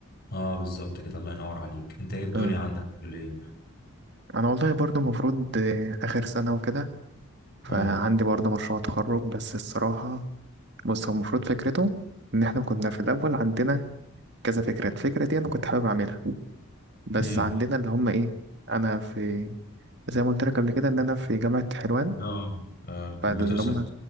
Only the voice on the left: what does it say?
اه بالظبط كده الله ينور عليك انت ايه الدنيا
عندك في الكلية
اه
امم
اه اه
كمبيوتر ساينس